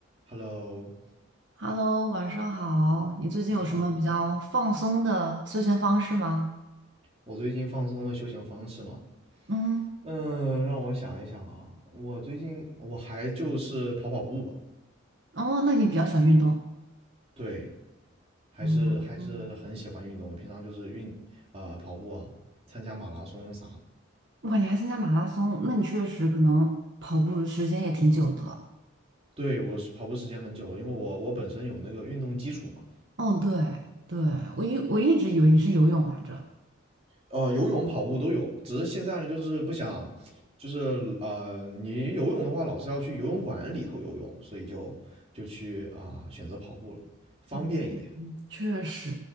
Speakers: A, on the right (about 30°); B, on the right (about 55°).
A: Hello，
B: Hello，晚上好。你最近有什么比较放松的休闲方式吗？
A: 晚上好，我最近放松的休闲方式嘛，
B: 嗯，
A: 嗯，让我想一想啊，我最近我还就是跑跑步吧，
B: 哦，那你比较喜欢运动。
A: 对，还是还是很喜欢运动的，
B: 嗯嗯，
A: 平常就是运啊、跑步啊，参加马拉松啥的。
B: 我感觉还参加马拉松，那你确实可能跑步时间也挺久的了。
A: 对，我是跑步时间很久了，因为我我本身有那个运动基础嘛，
B: 哦，对对，我一我一直以为你是游泳来着。
A: 呃，游泳、跑步都有，只是现在呢就是不想，就是呃，你游泳的话老是要去游泳馆里头游泳，所以就就去啊、选择跑步了，方便一点。
B: 嗯，确实，